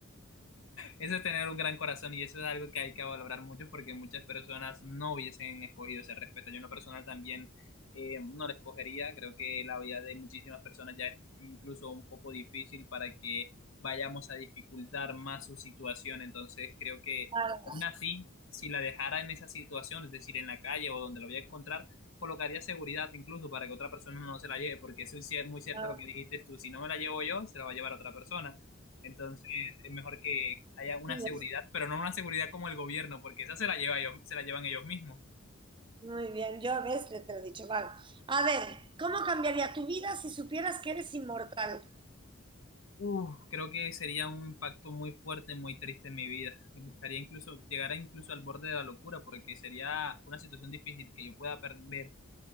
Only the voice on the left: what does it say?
Eso es tener un gran corazón y eso es algo que hay que valorar mucho porque muchas personas no hubiesen escogido ese respeto. Yo en lo personal también eh, no lo escogería. Creo que la vida de muchísimas personas ya es incluso un poco difícil para que vayamos a dificultar más su situación. Entonces creo que
aún así, si la dejara en esa situación, es decir, en la calle o donde la voy a encontrar, colocaría seguridad incluso para que otra persona no se la lleve, porque eso es cier- muy cierto
lo que dijiste tú, si no me la llevo yo, se la va a llevar otra persona. Entonces es mejor que haya una
seguridad, pero no una seguridad como el gobierno, porque esa se la lleva ellos, se la llevan ellos mismos.
Uf, creo que sería un impacto muy fuerte, muy triste en mi vida. Buscaría incluso llegar a incluso al borde de la locura, porque sería una situación difícil que yo pueda perder,